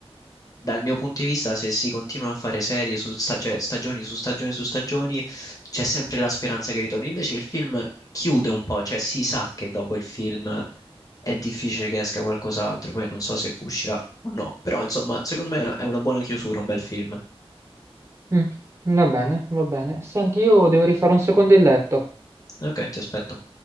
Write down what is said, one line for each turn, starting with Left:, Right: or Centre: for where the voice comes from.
Left: Dal mio punto di vista, se si continua a fare serie su sta- cioè stagioni su stagioni su stagioni, c'è sempre la speranza che ritorni. Invece il film chiude un po', cioè si sa che dopo il film è difficile che esca qualcos'altro. Poi non so se uscirà o no. Però, insomma, secondo me è una buona chiusura, un bel film.
Right: Mm, va bene, va bene. Senti, io devo rifare un secondo il letto.
Left: Ok, ti aspetto.